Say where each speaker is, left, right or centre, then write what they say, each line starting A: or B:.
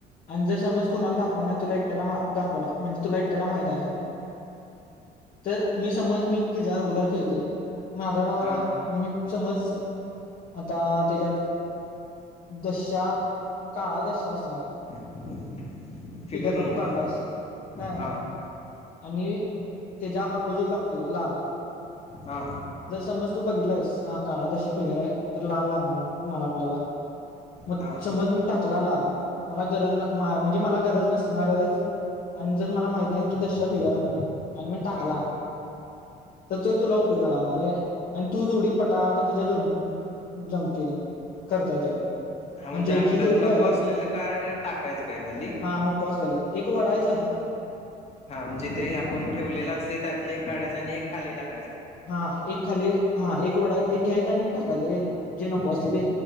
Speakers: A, on the left; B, on the left.
A: आणि जर समज कुणाला दाखवला नाही तुला एक दाखवला म्हणजे तुला एकट्याला माहित आहे. तर मी समज मी तुझ्या अगोदर खेळते माझा डाव
B: हा
A: आणि मी समज आता त्याच्यात दशा काळा दशा असला.
B: <inaudible>
A: फिगरला
B: म्हणून
A: तू काढलायस काय?
B: हा
A: आणि त्याच्या अपोजिट लागतोय लाल
B: हा
A: जर समज तू बघितला आहेस हा काळा दशा फिगर आहे तर लाल लागणार मला आपल्याला मग
B: हा
A: समज मी टाकला लाल मला गरज ना म्हणजे मला गरज नसते. अन मला जर माहित नाय की दशा फिगर हाय म्हणून आणि मी टाकला
B: हा
A: तर तो तुला उप लाला रे आणि तू जोडी पटापटा तुज्या ज जमतील. करता येतात.
B: हा
A: म्हणजे
B: आपल्याला
A: जी जोडी पाहिलात
B: नको असलेलं कार्ड टाकायचं काय खाली
A: हा नको असलेलं एक वडा त
B: हा म्हणजे ते आपण ठेवलेलं असते त्यातले काड्याच आणि एक खाली टाक
A: हा एक खाली हा एक वडा एक घ्यायचा आणि टाकायचं रे जे नको असते ते